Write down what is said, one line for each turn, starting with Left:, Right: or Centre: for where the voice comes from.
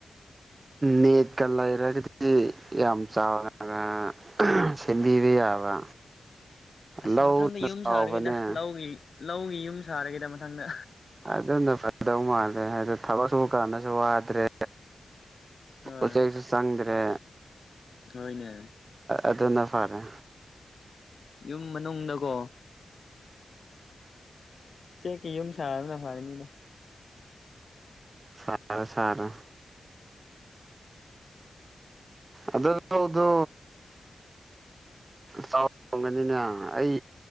Right: ꯅꯦꯠꯀ ꯂꯩꯔꯒꯗꯤ ꯌꯥꯝ ꯆꯥꯎꯔ ꯁꯦꯝꯕꯤꯗ ꯌꯥꯕ
Left: ꯑꯁ
Right: ꯂꯧꯅ
Left: ꯃꯊꯪꯗ ꯌꯨꯝ
Right: ꯆꯥꯎꯕꯅꯦ
Left: ꯁꯥꯔꯒꯦꯗ ꯂꯧꯒꯤ ꯂꯧꯒꯤ ꯌꯨꯝ ꯁꯥꯔꯒꯦꯗ ꯃꯊꯪꯗ
Right: ꯑꯗꯨꯝꯅ ꯐꯗꯧ ꯃꯥꯜꯂꯦ ꯍꯥꯏꯗꯣ ꯊꯕꯛ ꯁꯨꯕ ꯀꯥꯟꯗꯁꯨ ꯋꯥꯗ꯭ꯔꯦ
Left: ꯍꯣꯏ
Right: ꯎꯆꯦꯛꯁꯨ ꯆꯪꯗ꯭ꯔꯦ
Left: ꯍꯣꯏꯅꯦ
Right: ꯑꯗꯨꯅ ꯐꯔꯦ
Left: ꯌꯨꯝ ꯃꯅꯨꯡꯗꯀꯣ ꯆꯦꯛ ꯀ ꯌꯨꯝ ꯁꯥꯔꯅ ꯐꯥꯏꯅꯤꯅ
Right: ꯁꯔꯦ ꯁꯔꯦ ꯑꯗꯥꯎꯗ ꯆꯥꯎꯔꯣꯡꯒꯅꯤꯅꯦ ꯑꯩ